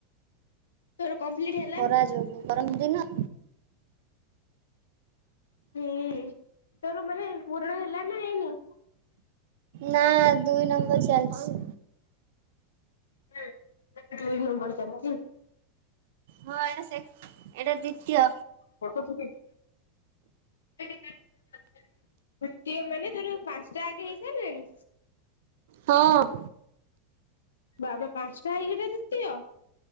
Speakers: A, on the left; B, on the right.
A: ତୋର କମ୍ପ୍ଲିଟି ଆ
B: ଖରା ଯୋଗୁ ଗରମ ଦିନ
A: ହୁଁ ତୋର ମାନେ ପୁରଣ ହେଲାଣି ନା ହେଇନି?
B: ନାଁ ଦୁଇ ନମ୍ବର ଚାଲଚି।
A: ଉଁ ଦୁଇ ନମ୍ବର ଚାଲଚି।
B: ହଁ ଏଟା ସେ ଏଟା ଦ୍ଵିତୀୟ।
A: ଫଟ ତମେ <unintelligible> ଗୋଟିଏ ମାନେ ତୋର ପାଂଶଟା ଆଗେ ହେଇସାଇଲାଣି?
B: ହଁ
A: ବାବା ପାଂଶଟା ହେଇକିରି ଦ୍ଵିତୀୟ।